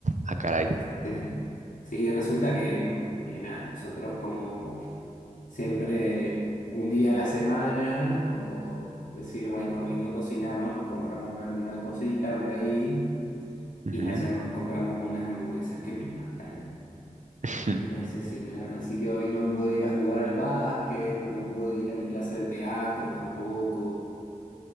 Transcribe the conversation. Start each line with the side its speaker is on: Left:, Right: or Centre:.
Right: Ah, caray.
Left: Este, sí, resulta que, mm, que nada, nosotros como Siempre un día a la semana, como decir, bueno, hoy no cocinamos, nos compramos alguna cosita por ahí
Right: Ujú.
Left: y ayer nos compramos unas hamburguesas que me mataron,
Right: <laughs>
Left: me asesinaron, así que hoy no pude ir a jugar al básquet, no pude ir a mi clase de teatro tampoco.